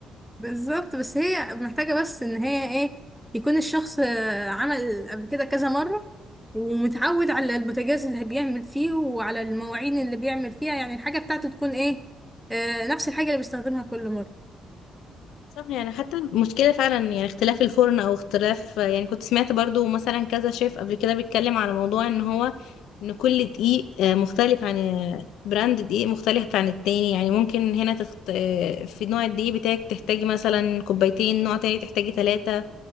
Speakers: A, in the centre; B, on the left (about 85°).
A: بالظبط بس هي محتاجة بس إن هي إيه يكون الشخص آه، عمل قبل كده كذا مرة ومتعود على البوتاجاز اللي بيعمل فيه وعلى المواعين اللي بيعمل فيها يعني الحاجة بتاعته تكون إيه آه، نفس الحاجة اللي بيستخدمها كل مرة
B: صح يعني حتى المشكلة فعلا يعني اختلاف الفرن او اختلاف يعني كنت سمعت برضو مثلا كذا شيف قبل كده بيتكلم على موضوع ان هو ان كل دقيق آه، مختلف عن آه، براند دقيق مختلف عن التاني يعني ممكن هنا تخت... آه، في نوع الدقيق بتاعك تحتاجي مثلا كوبايتين نوع تاني تحتاجي ثلاثة